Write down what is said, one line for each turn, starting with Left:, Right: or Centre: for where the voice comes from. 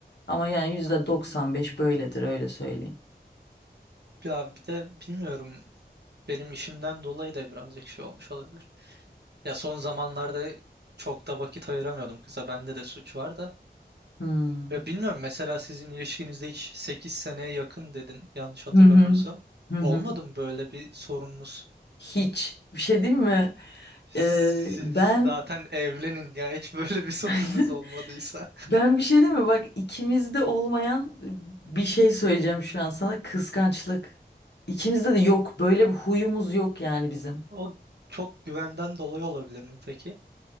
Left: Ama yani %95 böyledir öyle söyleyeyim.
Right: Ya bir de bilmiyorum benim işimden dolayı da birazcık şey olmuş olabilir. Ya son zamanlarda çok da vakit ayıramıyordum kıza. Bende de suç var da.
Left: Hmm.
Right: Ya bilmiyorum mesela sizin ilişkinizde hiç 8 seneye yakın dedin yanlış hatırlamıyorsam.
Left: Hı hı. Hı hı.
Right: Olmadı mı böyle bir sorununuz?
Left: Hiç. Bir şey diyeyim mi?
Right: Siz
Left: Ee, ben
Right: zaten evlenin ya hiç böyle bir <laughs> sorununuz
Left: <laughs>
Right: olmadıysa.
Left: ben bir şey diyeyim mi? Bak ikimizde olmayan bir şey söyleyeceğim şu an sana. Kıskançlık. İkimizde de yok. Böyle bir huyumuz yok yani bizim.
Right: O çok güvenden dolayı olabilir mi peki?